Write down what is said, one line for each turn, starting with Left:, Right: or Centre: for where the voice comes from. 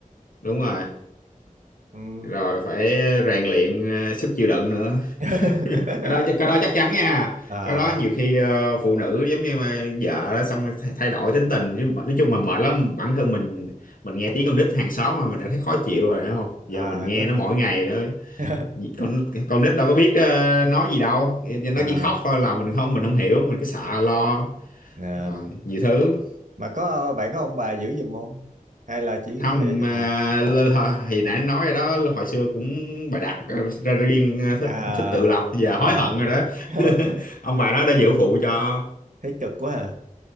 Left: đúng rồi
Right: Ừm.
Left: rồi phải rèn luyện ờ, sức chịu đựng nữa
Right: <laughs>
Left: <laughs> cái đó cái đó chắc chắn nha
Right: à
Left: cái đó nhiều khi ờ, phụ nữ giống như mà vợ đó, xong rồi thay thay đổi tính tình chứ mà- nói chung là mệt lắm bản thân mình mình nghe tiếng con nít hàng xóm mà mình đã thấy khó chịu rồi đúng không giờ
Right: à
Left: mình nghe
Right: có
Left: nó mỗi ngày đó
Right: <laughs>
Left: con con nít đâu có biết ờ, nói gì đâu nó
Right: à,
Left: chỉ khóc thôi là mình không mình không hiểu mình cứ sợ lo
Right: à
Left: rồi nhiều thứ
Right: mà có bạn có ông bà giữ giùm không hay là chỉ
Left: không
Right: hai vợ chồng
Left: à,
Right: à
Left: l- h- thì nãy nói rồi đó hồi xưa cũng bà đặt ra riêng à, thích
Right: à
Left: thích tự lập giờ hối
Right: ờ
Left: hận rồi đó
Right: <laughs>
Left: <laughs> ông bà nó đã giữ phụ cho
Right: Thấy cực quá à.